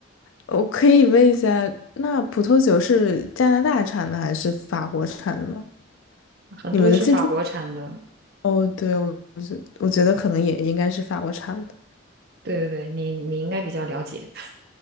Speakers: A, on the left; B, on the right.
A: 我可以问一下，那葡萄酒是加拿大产的还是法国产的呢？
B: 很多是法国产的。
A: 你们的进出口？哦，对，我我觉我觉得可能也应该是法国产的。
B: 对对对，你你应该比较了解。